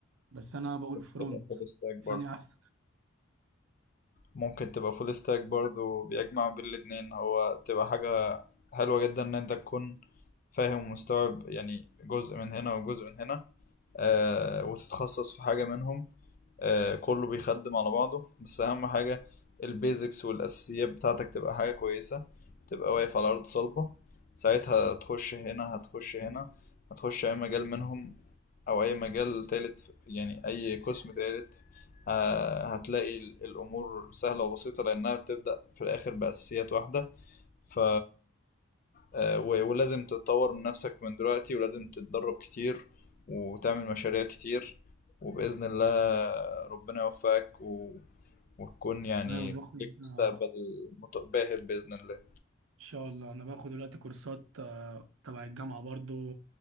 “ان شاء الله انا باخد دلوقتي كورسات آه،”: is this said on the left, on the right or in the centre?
Right